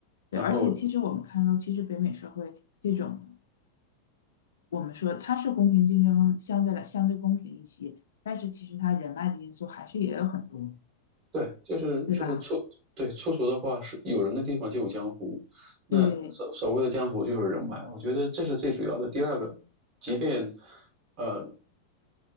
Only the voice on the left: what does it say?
对，
而且其实我们看到，其实北美社会这种，我们说它是公平竞争，相对来相对公平一些，但是其实它人脉的因素还是也有很多，
对吧？
对